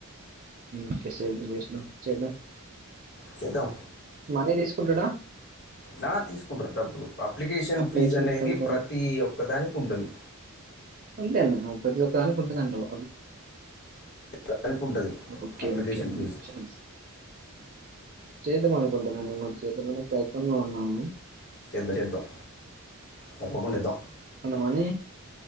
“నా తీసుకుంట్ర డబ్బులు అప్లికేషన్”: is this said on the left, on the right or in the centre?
Left